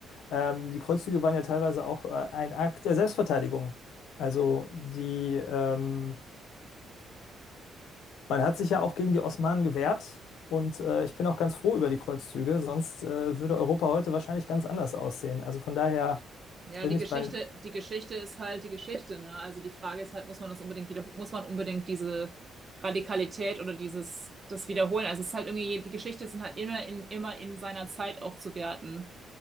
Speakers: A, on the left (about 85°); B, on the right (about 35°).
A: Ähm, die Kreuzzüge waren ja teilweise auch äh, ein Akt der Selbstverteidigung. Also die ähm, Man hat sich ja auch gegen die Osmanen gewehrt und äh, ich bin auch ganz froh über die Kreuzzüge, sonst äh, würde Europa heute wahrscheinlich ganz anders aussehen. Also von daher
B: Ja,
A: bin
B: die
A: ich
B: Geschichte,
A: bei.
B: die Geschichte ist halt die Geschichte, ne? Also die Frage ist halt, muss man das unbedingt wieder, muss man unbedingt diese Radikalität oder dieses, das wiederholen? Also es ist halt irgendwie, die Geschichte sind halt immer in, immer in seiner Zeit auch zu werten.